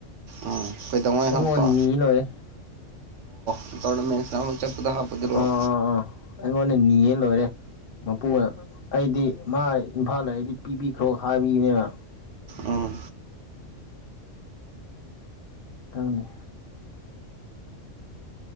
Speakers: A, on the right; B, on the left.
A: ꯎꯝ ꯀꯩꯗꯧꯉꯩ
B: ꯑꯩꯉꯣꯟꯅꯤ
A: ꯍꯥꯞꯄ
B: ꯂꯣꯏꯔꯦ
A: <unintelligible> ꯆꯠꯄꯗ ꯍꯥꯞꯄꯗꯨꯔꯣ
B: ꯑꯥ ꯑꯥ ꯑꯥ ꯑꯩꯉꯣꯟꯗ ꯅꯤꯌꯦ ꯂꯣꯏꯔꯦ ꯃꯄꯨꯅ ꯑꯩꯗꯤ ꯃꯥ ꯏꯝꯐꯥꯜꯗ ꯂꯩꯗꯤ ꯄꯤꯕꯤꯈ꯭ꯔꯣ ꯍꯥꯏꯕꯅꯤꯅ
A: ꯑꯣ
B: ꯈꯪꯗꯦ